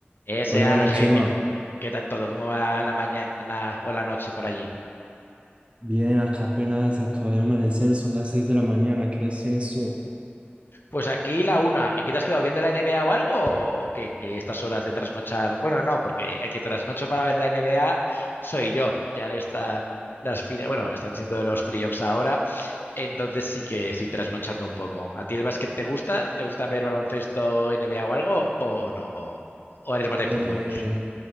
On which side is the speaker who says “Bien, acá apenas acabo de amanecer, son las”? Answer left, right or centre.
Right